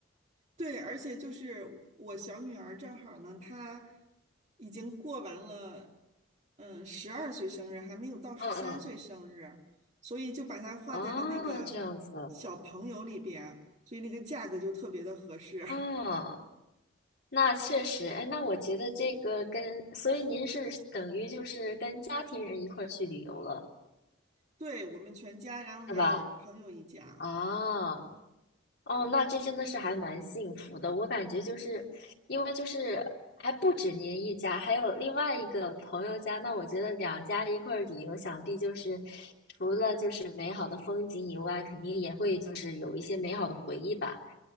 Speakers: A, on the right (about 35°); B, on the left (about 55°).
A: 对，而且就是我小女儿正好呢，她已经过完了，嗯，十二岁生日，还没有到十三岁生日，
B: 嗯嗯，
A: 所以就把它画在了那个小朋友里边，
B: 哦，这样子，
A: 所以那个价格就特别的合适。
B: 啊。那确实，哎，那我觉得这个跟，所以您是等于就是跟家庭人一块儿去旅游了，
A: <laughs> 对，我们全家，然后还有朋友一家，
B: 是吧？啊，哦，那这真的是还蛮幸福的。我感觉就是，因为就是还不止您一家，还有另外一个朋友家，那我觉得两家一块儿旅游，想必就是除了就是美好的风景以外，肯定也会就是有一些美好的回忆吧。